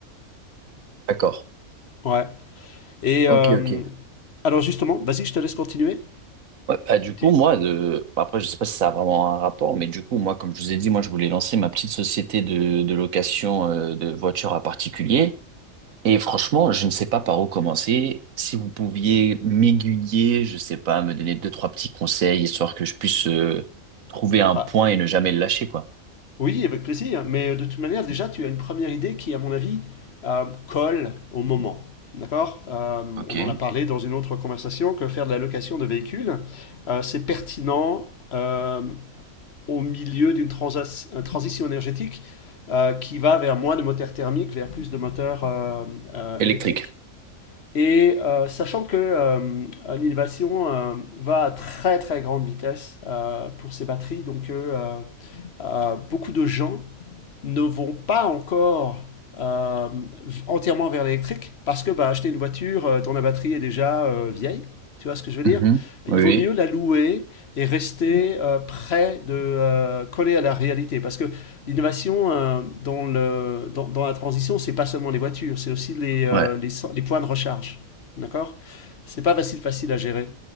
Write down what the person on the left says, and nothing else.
Ouais. Et
euh,
alors justement, vas-y, je te laisse continuer.
Tu-
Ouais.
Oui, avec plaisir. Mais euh, de toute manière, déjà, tu as une première idée qui, à mon avis, euh, colle au moment. D'accord? Euh,
on en a parlé dans une autre conversation que faire de la location de véhicules, euh, c'est pertinent euh, au milieu d'une transas- euh, transition énergétique euh, qui va vers moins de moteurs thermiques, vers plus de moteurs euh, euh,
électriques. Et euh, sachant que euh, l'innovation euh, va à très très grande vitesse euh, pour ces batteries, donc euh, euh, beaucoup de gens ne vont pas encore euh, entièrement vers l'électrique parce que bah, acheter une voiture euh, dont la batterie est déjà euh, vieille, tu vois ce que je veux
dire?
Il vaut
mieux la louer et rester euh, près de euh, coller à la réalité parce que l'innovation euh, dans le, dans, dans la transition, c'est pas seulement les voitures, c'est aussi les, euh,
les, cen- les points de recharge. D'accord? C'est pas facile, facile à gérer.